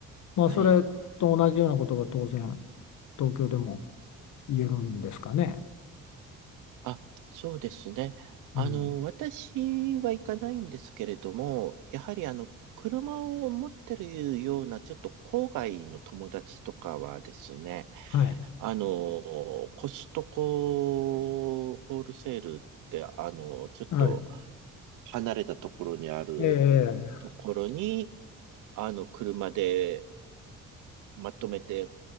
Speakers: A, on the left; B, on the right.
A: まあ、
B: はい。
A: それと同じようなことが当然東京でも言えるんですかね。
B: あ、そうですね。あの、
A: うん、
B: 私は行かないんですけれども、やはりあの、車を持ってるような、ちょっと郊外の友達とかはですね、
A: はい、
B: あの、コストコホールセールって、あの、ちょっと
A: はい、
B: 離れたところにある
A: ええ
B: ところに、あの、車でまとめて